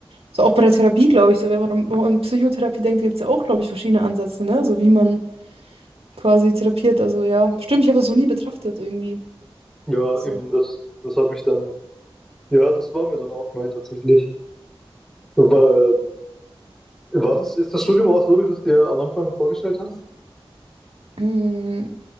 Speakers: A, on the right (about 80°); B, in the centre.
A: so auch bei der Therapie, glaube ich, so wenn man an, wenn man an Psychotherapie denkt, gibt es ja auch, glaube ich, verschiedene Ansätze, ne? So wie man quasi therapiert, also ja, stimmt, ich habe das so nie betrachtet irgendwie.
B: Ja,
A: So.
B: eben, das, das hat mich dann, ja, das war mir dann auch neu tatsächlich. Weil, ähm, War das, ist das Studium auch so, wie du es dir am Anfang vorgestellt hast?
A: hm,